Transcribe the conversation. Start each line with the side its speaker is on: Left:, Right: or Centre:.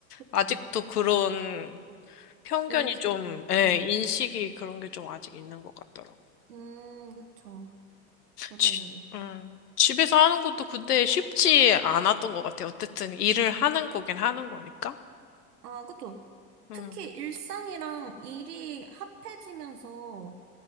Left: 아직도
Right: 어,
Left: 그런 편견이
Right: 인식이.
Left: 좀, 예,
Right: 네.
Left: 인식이 그런 게 좀 아직 있는 것 같더라고.
Right: 음, 그쵸. 저도.
Left: 집, 음, 집에서 하는 것도 근데 쉽지 않았던 것 같아요. 어쨌든 일을 하는 거긴 하는 거니까.
Right: 아, 그쵸.
Left: 음.
Right: 특히 일상이랑 일이 합해지면서